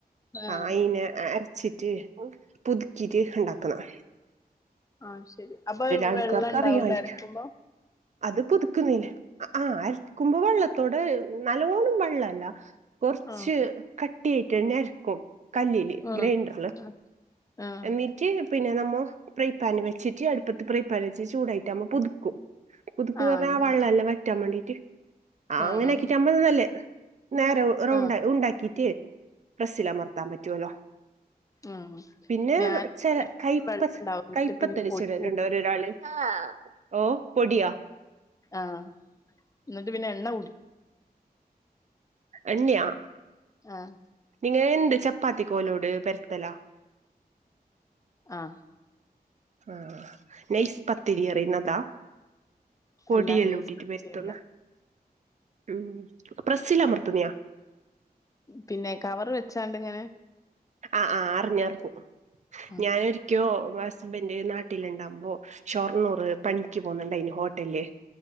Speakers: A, on the right; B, on the left.
A: ആ
B: ആഹ്
A: അയിനെ അരച്ചിട്ട്- പുതുക്കിറ്റ്, ഇണ്ടാക്കണം.
B: ആഹ് ശരി അപ്പൊ
A: ആൾക്കാർക്ക്
B: വെള്ളംണ്ടാവൂലെ
A: അറിയായിരിക്കും
B: അരക്കുമ്പോ?
A: അത് പുതുക്കുന്നില്ലെ ആഹ് അക്കുമ്പോ വെള്ളത്തോടെ നല്ലോണം വെള്ളല്ല. കൊറച്ച്
B: ആഹ്
A: കട്ടിയയിട്ട് ഞാൻ അരക്കും. കല്ലില്
B: ആഹ്
A: ഗ്രൈൻഡറില്.
B: ആഹ് ആഹ്
A: എന്നിറ്റ് പിന്നെ നമ്മൊ പ്രൈ പ്പാന് വെച്ചിട്ട് അടുപ്പത്ത് പ്രൈ പ്പാൻ വെച്ച് ചൂടായിട്ട് നമ്മ പുതുക്കും. പുതുക്ക്
B: ആഹ്
A: പറഞ്ഞാ
B: അങ്ങനെ
A: ആ വള്ളല്ലാ വറ്റാൻ വേണ്ടീട്ട് ആ.
B: ആഹ്
A: അങ്ങനെ
B: ആഹ്
A: ആക്കിട്ട അ <unintelligible> മ്പന്നല്ലേ. നേരെ ർ റൗണ്ട്
B: ആഹ്
A: ഉണ്ടാക്കിട്ട് പ്രസ്സി മർത്താൻ പറ്റുല്ലോ.
B: ആഹ്.
A: പിന്നെ
B: ഞാൻ
A: ചെല കയ്പ്പ
B: വെള്ളണ്ടാവും എന്നിട്ട്
A: കയ്പത്തലിച്ചെടലുണ്ട്
B: പിന്നെ പൊടി കൂട്ടും
A: രൊരാള്. <inaudible> ഓ പൊടിയ.
B: ആഹ്. ന്നിട്ട് പിന്നെ എണ്ണ കുടി
A: എണ്ണിയാ?
B: ആഹ്
A: നിങ്ങ എന്ത് ചപ്പാത്തി ക്കോലോട് പെരുത്തലാ.
B: ആഹ്.
A: ആഹ്. നെയസ്പത്തിരി അറീനതാ. പൊടിയെല്ലാഒട്ടിട്ട്
B: അല്ല നെയ്സ് പത്തിരിയല്ല
A: പ രുത്ത്ന. ഉം. പ്രെസ്സ്ല് അമർത്ത്ണാ.
B: പിന്നെ കവർ വെച്ചാണ്ട് ങ്ങനെ.
A: ആ ആ അറിഞ്ഞറിഞ്ഞ്‌.
B: ആഹ്
A: ഞാനൊര്. <inaudible> ക്കോ ഹസ്ബൻഡ് നാട്ടില്ണ്ടകുമ്പോ ഷൊർണ്ണൂറ് പണിക്ക് പോകുന്നുണ്ട അയിന് ഹോട്ടൽല്.